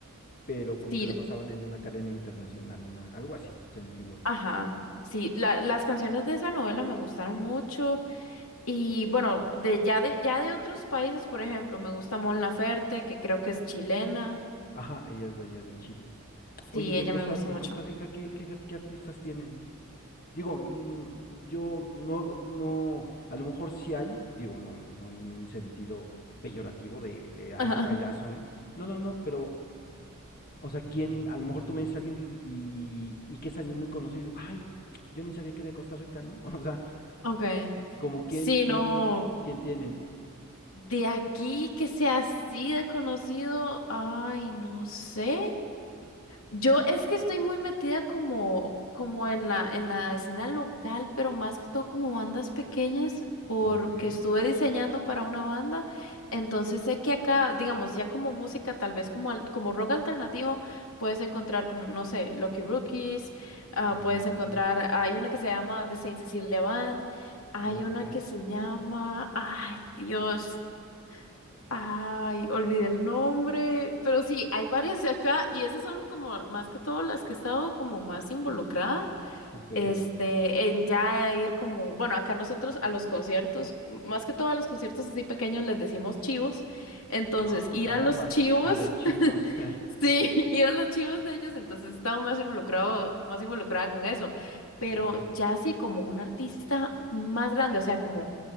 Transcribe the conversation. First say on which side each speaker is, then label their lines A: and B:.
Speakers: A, on the left; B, on the left.
A: pero como
B: sí.
A: que la pasaban en una cadena internacional, una, algo así, se me figura.
B: Ajá, sí, la- las canciones de esa novela me gustaron mucho y bueno, de ya de ya de otros países, por ejemplo, me gusta Mon Laferte, que creo que es chilena.
A: Ajá, ella es de allá de Chile. Oye,
B: Sí,
A: ¿y
B: ella
A: en Costa,
B: me gusta
A: en
B: mucho.
A: Costa Rica
B: <laughs>
A: qué, qué, ar- qué artistas tienen? Digo, mm, yo no, no, a lo mejor sí hay, digo, no, no en un sentido peyorativo de, de, ay,
B: Ajá,
A: qué payaso, ¿no? No, no, no, pero O sea, ¿quién? A lo mejor tú me dices a alguien y, y, y que es alguien muy conocido y digo, ay, yo ni sabía que era de Costa Rica, ¿no? <laughs> O sea,
B: Okay.
A: como quién,
B: Sí,
A: quién,
B: no,
A: quién tienen.
B: de aquí que sea así de conocido, ay, no sé. Yo es que estoy muy metida como, como en la, en la escena local, pero más que todo como bandas pequeñas, porque
A: Ah, ok.
B: estuve diseñando para una banda. Entonces sé que acá, digamos, ya como música, tal vez como, al- como rock alternativo, puedes encontrar como, no sé, Lucky Rookies, ah,
A: Ah,
B: puedes encontrar,
A: ok.
B: hay una que se llama The Saint Cecilia Band, hay
A: Ah, ok.
B: una que se llama, ay Dios. Ay, olvidé el nombre, pero sí, hay varias de acá y esas son como más que todo las que he estado como más involucrada,
A: Ok.
B: este, en ya ir como, bueno, acá nosotros a los conciertos, m- más que todo a los conciertos así pequeños les decimos chivos, entonces
A: Ah,
B: ir
A: caramba.
B: a los chivos,
A: A los chivos.
B: <laughs> sí, ir a los chivos de ellos, entonces he estado más involucrado, más involucrada con eso, pero
A: <laughs> ok.
B: ya así como un artista más grande, o sea, como